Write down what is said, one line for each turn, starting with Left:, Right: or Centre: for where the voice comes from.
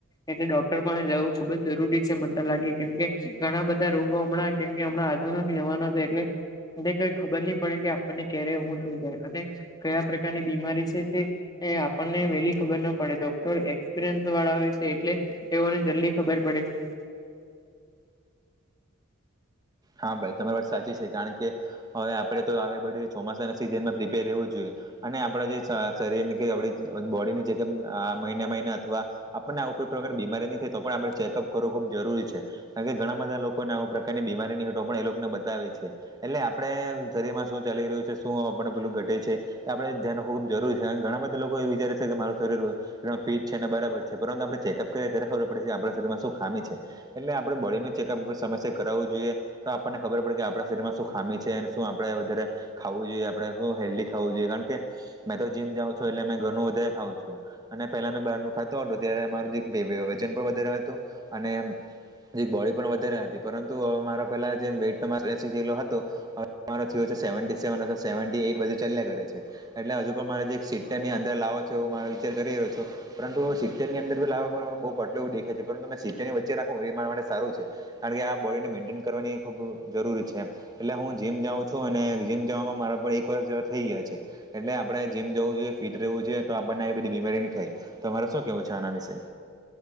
Left: એટલે ડોક્ટર પાહે જવું ખુબ જ જરૂરી છે મને તો લાગે કેમ કે. ઘણા બધા રોગો હમણાં કેમ કે હમણાં આધુનિક જમાનો છે એટલે. એ કઈ ખબર ની પડે કે આપણને ક્યારે હું થઈ જાય અને કયા પ્રકારની બીમારી છે તે. એ આપણને વેલી ખબર ના પડે ડોક્ટર એક્સપિરિયન્સ વાળા હોય છે એટલે. તે ઓ ને જલ્દી ખબર પડે છે.
Right: હા ભાઈ તમારી વાત સાચી છે કારણ કે હવે આપડે તો આવે બધી ચોમાસાની સીઝનમાં પ્રિપેર રેવું જ જોઈએ. અને આપણા જે શરીરની કે આપડી બોડીની ચેકઅપ આ મહિને મહિને અથવા. આપણને આવું કોઈ પ્રકારની બીમારી ની થાય તો પણ આપણે ચેકઅપ કરવો ખુબ જરૂરી છે. અને ઘણા બધા લોકોને આવ પ્રકારની બીમારી ની હોય તો પણ એ લોક ને બતાવે છે. એટલે આપણે અ શરીર માં શું ચાલી રહ્યું છે શું આપને પેલું ઘટે છે. એ આપડે ધ્યાનનો ખુબ જરૂરી છે અન ઘણા બધા લોકો એ વિચારે છે કે મારું શરીર વધ એ ઘણો ફિટ છે અને બરાબર છે પરંતુ આપણે ચેકઅપ કરીએ ત્યારે ખબર પડે છે આપણા શરીરમાં શું ખામી છે. એટલે આપડે બોડીનો ચેકઅપ સમયસર કરાવવું જોઈએ તો આપણને ખબર પડે કે આપણા શરીરમાં શું ખામી છે અને શું આપણેે વધારે ખાવું જોઈએ આપણેે શું હેલ્ધી ખાવું જોઈએ કારણ કે મેં તો જીમ જાઉં છું એટલે મે ઘરનું વધારે ખાવું છું. અને પેલા મે બહાર નું ખાતો હતો ત્યારે મારું જે વજન પણ વધારે હતું અને જે બોડી પણ વધારે હતી પરંતુ અ મારા પેલા જે <unintelligible> હવે મારો થયો છે સેવેન્ટી સેવન અથવા સેવેન્ટી એઈટ બાજુ ચાલ્યા કરે છે. એટલે હજુ પણ મારે જે એક સીતેર ની અંદર લાવો છે હું મારો વિચાર કરી રહ્યો છું. પરંતુ સિત્તેરની અંદર લાવવા બહુ પટલો એવું દેખાય છે પરંતુ તમે સિત્તેરની વચ્ચે રાખો એ મારા માટે સારું છે. કારણ કે આ બોડીને મેન્ટેન કરવાની ખૂબ જરૂરી છે એમ એટલે હું જીમ જાઉં છું અને જીમ જવામાં મારા પર એક વર્ષ જેવા થઇ ગયા છે. એટલે આપણે જીમ જવું જોઈએ ફીટ રહેવું જોઈએ તો આપણને એ બધી બીમારી નહી થાય તો તમારે શું કેવું છે આના વિશે?